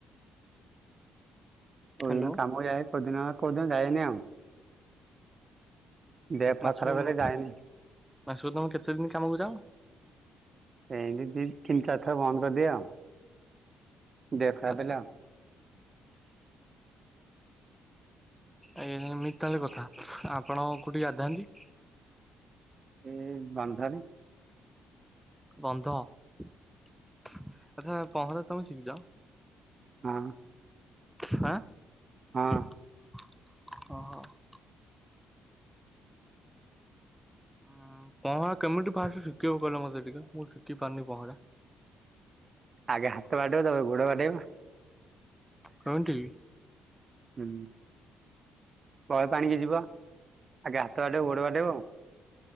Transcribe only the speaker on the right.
କୋଉଦିନ
କାମ ଯାଏ କୋଉଦିନ ଯାଏନି ଆଉ। ଦେହ ଫେହ
ଖରାପ ହେଲେ
ଯାଏନି
ଏଇତି ଦି ତିନି ଚାରିଥର ବନ୍ଦ କରିଦିଅ ଆଉ। ଦେଖ
<unintelligible>
ଏଇ ବାନ୍ଧାରୀ
ହଁ।
ହଁ।
ଆଗେ ହାତ ବାଟେଇବ ତାପରେ ଗୋଡ ବାଟେଇବ।
ହୁଁ ଗଳ ପାଣିକି ଯିବ ଆଗେ ହାତ ବାଡେ ଗୋଡ ବାଡେଇବ ଆଉ